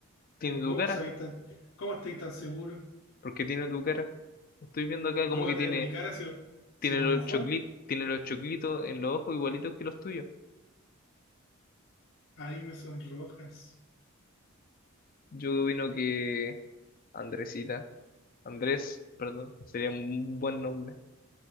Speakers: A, on the left; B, on the left.
A: Tiene
B: ¿Y
A: tu
B: cómo
A: cara,
B: sabéis tan, cómo estáis tan seguros?
A: porque tiene tu cara. Estoy viendo acá
B: ¿Y
A: como
B: cómo
A: que
B: va a tener
A: tiene.
B: mi cara si, si
A: Tiene
B: un
A: los
B: mojón?
A: choclitos, tiene los choclitos en los ojos igualitos que los tuyos.
B: Ay, me sonrojas.
A: Yo opino que Andresita, Andrés, perdón, sería un buen nombre,